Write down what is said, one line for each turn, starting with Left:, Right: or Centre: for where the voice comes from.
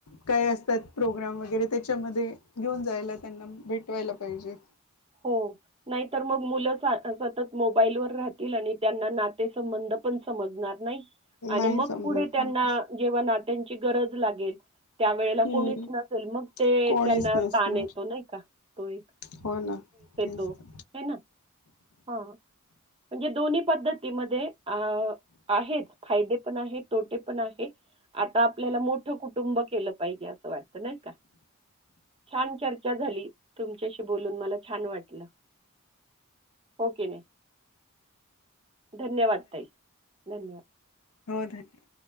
Left: काय अस प्रोग्राम वगैरे त्याच्यामध्ये घेऊन जायला त्यांना भेटवायला पाहिजे
Right: हो नाही तर मग मुलं सत सतत मोबाईल वर राहतील आणि त्यांना नाते संबंध आपण समजणार नाही
Left: नाही
Right: आणि मग
Left: समजत
Right: पुढे त्यांना
Left: ना तसं.
Right: जीवनात त्यांची गरज लागेल त्या वेळेला
Left: हम्म
Right: कोणीच नसेल मग ते
Left: कोणीच
Right: त्यांना
Left: नसणार
Right: ताण येतो नाही का तो एक
Left: हो ना तेच
Right: तो
Left: तर
Right: हे ना हा, म्हणजे दोन्ही पद्धतीमध्ये अ आहेत. फायदे पण आहे तोटे पण आहे, आता आपल्याला मोठं कुटुंब केलं पाहिजे असं वाटत. नाही का? छान! चर्चा झाली तुमच्याशी बोलून मला छान! वाटलं हो कीनइ. धन्यवाद ताई धन्यवाद!
Left: हो, धन्यवाद!